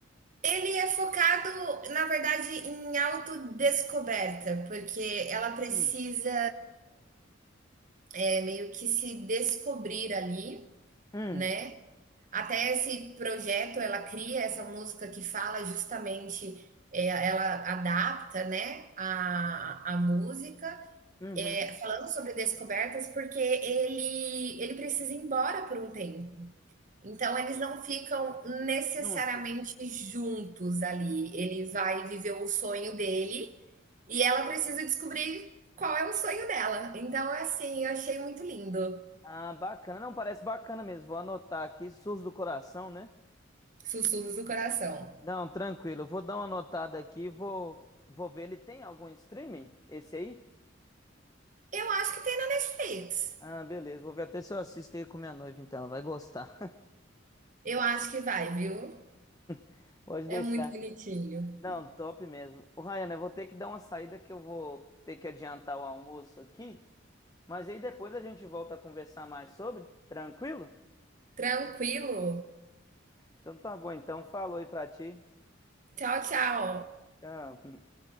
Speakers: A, on the right; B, on the left.
A: Ele é focado, na verdade, em autodescoberta, porque ela precisa
B: Hum,
A: é, meio que se descobrir ali,
B: hum,
A: né? Até esse projeto, ela cria essa música que fala justamente, é, ela adapta, né, a, a música,
B: uhum.
A: é, falando sobre descobertas, porque ele, ele precisa ir embora por um tempo. Então eles não ficam necessariamente
B: Juntos.
A: juntos ali. Ele vai viver o sonho dele e ela precisa descobrir qual é o sonho dela. Então, assim, eu achei muito lindo.
B: Ah, bacana. Não, parece bacana mesmo. Vou anotar aqui, Surdos do Coração, né?
A: Sussurros do Coração.
B: Não, tranquilo. Eu Vou dar uma anotada aqui, vou, vou ver. Ele tem algum streaming? Esse aí?
A: Eu acho que tem na Netflix.
B: Ah, beleza. Vou ver até se eu assisto ele com minha noiva, então ela vai gostar.
A: Eu acho que vai, viu?
B: <laughs> Pode
A: É
B: deixar.
A: muito bonitinho.
B: Não, top mesmo. O Ryan, eu vou ter que dar uma saída que eu vou ter que adiantar o almoço aqui, mas aí depois a gente volta a conversar mais sobre. Tranquilo?
A: Tranquilo.
B: Então tá bom, então falou aí pra ti.
A: Tchau, tchau.
B: Tchau. <laughs>